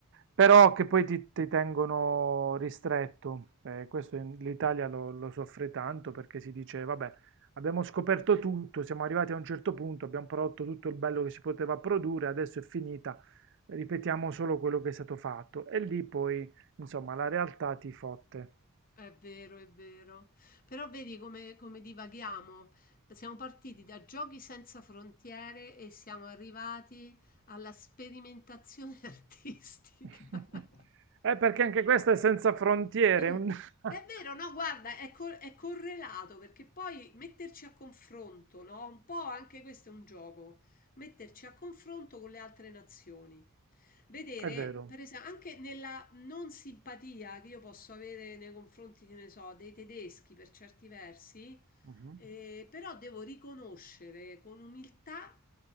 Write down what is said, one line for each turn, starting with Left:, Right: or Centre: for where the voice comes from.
Right: però che poi ti, ti tengono ristretto. Eh, questo in- l'Italia lo, lo soffre tanto perché si dice, vabbè, abbiamo scoperto tutto, siamo arrivati a un certo punto, abbiamo prodotto tutto il bello che si poteva produrre, adesso è finita ripetiamo solo quello che è stato fatto e lì poi, insomma, la realtà ti fotte.
Left: È vero, è vero. Però vedi come, come divaghiamo. Siamo partiti da giochi senza frontiere e siamo arrivati alla sperimentazione <laughs> artistica.
Right: <laughs>
Left: <laughs>
Right: Eh, perché anche questo è senza frontiere.
Left: È
Right: un- <laughs>
Left: vero, no, guarda, è, cor- è correlato perché poi metterci a confronto, no? Un po' anche questo è un gioco, metterci a confronto con le altre nazioni. Vedere,
Right: È vero.
Left: per esempio, anche nella non simpatia che io posso avere nei confronti, che ne so, dei tedeschi per certi versi,
Right: Mhm.
Left: eh, però devo riconoscere con umiltà